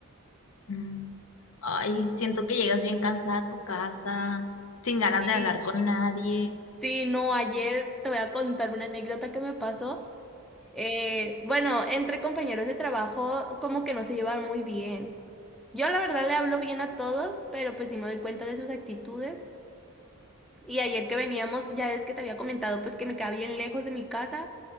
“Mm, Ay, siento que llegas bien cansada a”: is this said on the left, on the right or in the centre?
Left